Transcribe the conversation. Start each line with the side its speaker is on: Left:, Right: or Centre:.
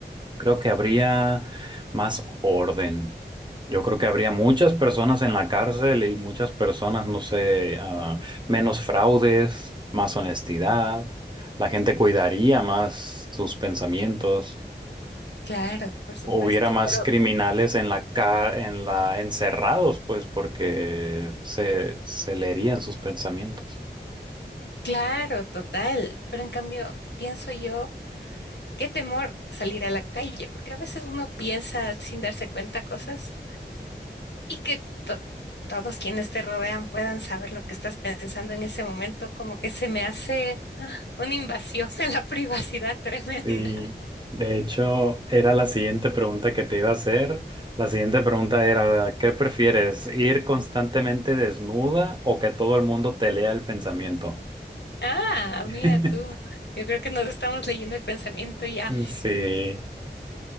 Right: Creo que habría más orden. Yo creo que habría muchas personas en la cárcel y muchas personas, no sé, ah, menos fraudes, más honestidad. La gente cuidaría más sus pensamientos.
Left: Claro, por supuesto,
Right: hubiera más
Left: pero
Right: criminales en la ca en la encerrados, pues, porque se, se leerían sus pensamientos.
Left: claro, total. Pero en cambio, pienso yo, qué temor salir a la calle, porque a veces uno piensa sin darse cuenta cosas. y que to- todos quienes te rodean puedan saber lo que estás pensando en ese momento, como que se me hace ah, una invasión <laughs> en la privacidad tremenda.
Right: Y de hecho, era la siguiente pregunta que te iba a hacer. La siguiente pregunta era, ¿qué prefieres? ¿Ir constantemente desnuda o que todo el mundo te lea el pensamiento?
Left: Ah,
Right: <laughs>
Left: mira tú, yo creo que nos estamos leyendo el pensamiento ya.
Right: Sí,